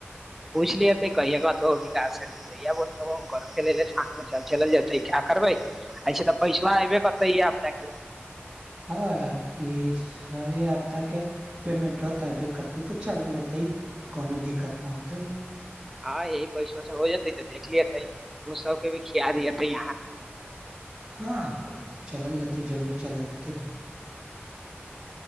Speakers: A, in the centre; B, on the right.
A: पूछ ले हेतै कहिया कहतो विकास सरजी जहिया बोलतवो उनकरोे के लेले साथये चल चलल जेतै का करबै ऐसे तऽ पैसबा एबे करतै <unintelligible>
B: हँ ई हँ ऐ हपताके पेमेंटबा तऽ अयबे करतै तऽ चलल जेतै कोनो दिक्कत नय होतै
A: हँ यही पैसबा सब हो जेतै तऽ देख लियेेतै दोस्त सभके भी खिया दिअतै यहाँ
B: हँ चलल जेतै जरूर चलल जेतै